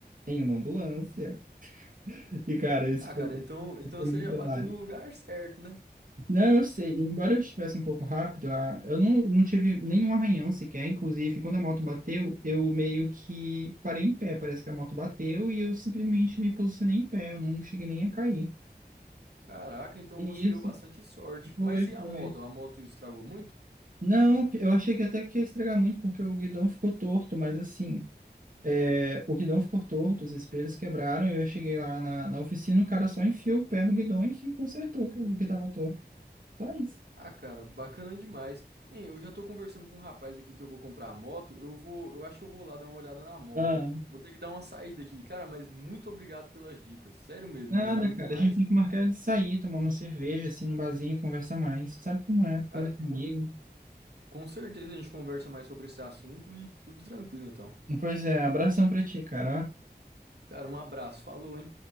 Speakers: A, on the right (about 55°); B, on the right (about 80°).
A: em uma ambulância. E, cara, isso
B: Ah,
A: foi,
B: cara, então, então
A: foi
B: você
A: muito
B: já
A: trabalho.
B: bateu no lugar certo, né?
A: Não, eu sei. Embora eu estivesse um pouco rápido, a- eu não, não tive nenhum arranhão sequer. Inclusive, quando a moto bateu, eu meio que parei em pé. Parece que a moto bateu e eu simplesmente me posicionei em pé. Eu não cheguei nem a cair.
B: Caraca, então
A: E
B: você
A: isso
B: deu bastante sorte.
A: foi,
B: Mas e
A: foi.
B: a moto? A moto estragou muito?
A: Não, eu achei que até que ia estragar muito porque o guidão ficou torto, mas assim. É, o guidão ficou torto, os espelhos quebraram, e eu cheguei lá na, na oficina, o cara só enfiou o pé no guidão e que consertou o que- o que estava torto. Só isso.
B: Ah, cara, bacana demais. Hein, eu já tô conversando com um rapaz aqui que eu vou comprar a moto. Eu vou, eu acho que eu vou lá dar uma olhada na moto.
A: Ah,
B: Vou ter que dar uma saída aqui. Cara, mas muito obrigado pelas dicas. Sério mesmo,
A: Nada,
B: me ajudou
A: cara.
B: demais.
A: A gente tem que marcar de sair, tomar uma cerveja, assim, no barzinho, conversar mais. Sabe como é?
B: Cara,
A: Coisa de
B: com,
A: amigo.
B: com certeza a gente conversa mais sobre esse assunto e tudo tranquilo, então.
A: Pois é, abração pra ti, cara. ó.
B: Cara, um abraço. Falou, hein?